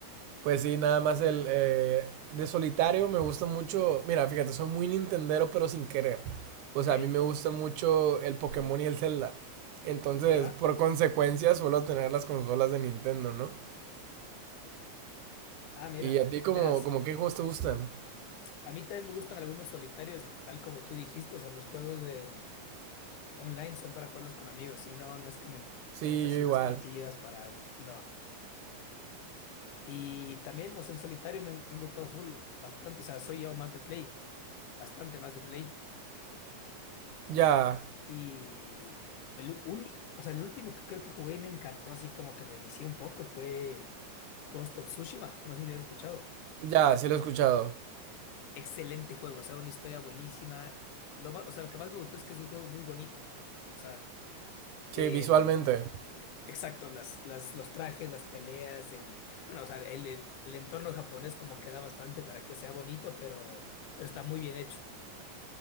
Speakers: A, on the right (about 80°); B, on the left (about 85°).
A: pues sí, nada más el eh, de solitario me gusta mucho. Mira, fíjate, soy muy Nintendero, pero sin querer. O
B: Ok.
A: sea, a mí me gusta mucho el Pokémon y el Zelda. Entonces,
B: Ya.
A: por consecuencia, suelo tener las consolas de Nintendo, ¿no?
B: Ah, mira.
A: ¿Y a ti como,
B: Verás,
A: como qué juegos te gustan?
B: a mí también me gustan algunos solitarios y tal como tú dijiste, o sea, los juegos de mm, online son para jugarlos con amigos. Si no, no es que me
A: Sí,
B: meta así
A: yo igual.
B: unas partidas para... No. Y también, o sea, en solitario me han, me han gustado full, bastante, o sea, soy yo más de play, bastante más de play.
A: Ya,
B: Y el único, o sea, el último que creo que jugué y me encantó, así como que me vicié un poco, fue Ghost of Tsushima, no sé si has escuchado.
A: ya, sí lo he escuchado.
B: Excelente juego, o sea, una historia buenísima. Lo más, o sea, lo que más me gustó es que es un juego muy bonito. O sea,
A: Sí,
B: el,
A: visualmente.
B: Exacto, las, las, los trajes, las peleas, el, bueno, o sea, el, el, el entorno japonés como que da bastante para que sea bonito, pero, pero está muy bien hecho.